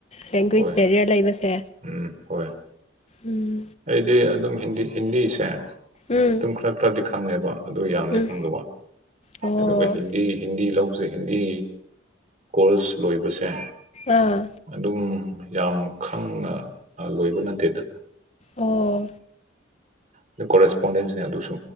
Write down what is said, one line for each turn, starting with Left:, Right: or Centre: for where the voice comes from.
Left: ꯂꯦꯡꯒ꯭ꯋꯦꯖ
Right: ꯍꯣꯏ
Left: ꯕꯦꯔꯤꯌꯔ ꯂꯩꯕꯁꯦ꯫
Right: ꯎꯝ ꯍꯣꯏ꯫
Left: ꯎꯝ
Right: ꯑꯩꯗꯤ ꯑꯗꯨꯝ ꯍꯤꯟꯗꯤ ꯍꯤꯟꯗꯤꯁꯦ
Left: ꯎꯝ
Right: ꯑꯗꯨꯝ ꯈꯔ ꯈꯔꯗꯤ ꯈꯪꯉꯦꯕ ꯑꯗꯨ ꯌꯥꯝꯗꯤ
Left: ꯎꯝ
Right: ꯈꯪꯗꯕꯋꯥꯅꯤ꯫
Left: ꯑꯣ
Right: ꯑꯗꯨꯒ ꯍꯤꯟꯗꯤ-ꯍꯤꯟꯗꯤ ꯂꯧꯕꯖꯦ ꯍꯤꯟꯗꯤ ꯀꯣꯔ꯭ꯁ ꯂꯣꯏꯕꯁꯦ
Left: ꯑꯥ
Right: ꯑꯗꯨꯝ ꯌꯥꯝ ꯈꯪꯅ ꯂꯣꯏꯕ ꯅꯠꯇꯦꯗ꯫
Left: ꯑꯣ
Right: ꯑꯗꯨ ꯀꯣꯔꯦꯁꯄꯣꯟꯗꯦꯟꯁꯅꯦ ꯑꯗꯨꯨꯁꯨ꯫